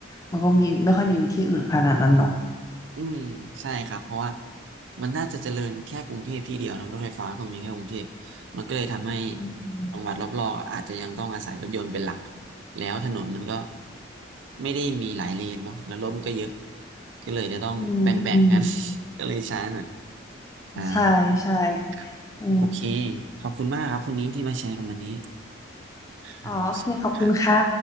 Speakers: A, on the left; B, on the right.
A: มันก็มีไม่ค่อยมีวิธีอื่นขนาดนั้นเนาะ
B: อืมใช่ครับเพราะว่ามันน่าจะเจริญแค่กรุงเทพที่เดียวเนอะรถไฟฟ้าก็มีแค่กรุงเทพมันก็เลยทำให้
A: อืม
B: จังหวัดรอบๆอาจจะยังต้องอาศัยรถยนต์เป็นหลักแล้วถนนมันก็ไม่ได้มีหลายเลนเนาะแล้วรถมันก็เยอะก็เลยจะต้องแบ่งๆกัน
A: อืมอืม
B: <laughs> ก็เลยช้าหน่อยอ่า
A: ใช่ใช่
B: ครับโอเค
A: เออ
B: ขอบคุณมากครับคุณนี้ที่มาแชร์กันวันนี้ ครับครับ
A: อ๋อโอเคขอบคุณค่ะ